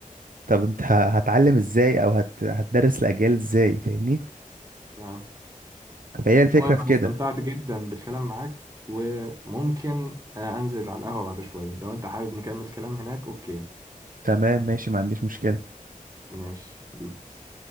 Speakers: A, on the right; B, on the right.
A: طب انت ه- هتعلم ازاي
B: مم،
A: او هت... هتدرس الاجيال ازاي فاهمني
B: تمام
A: فهي الفكره
B: المهم
A: في
B: انا
A: كده
B: استمتعت جدا بالكلام معاك وممكن آه، انزل على القهوة بعد شوية لو انت حابب نكمل كلام هناك اوكي
A: تمام ماشي ما عنديش مشكله
B: ماشي بيس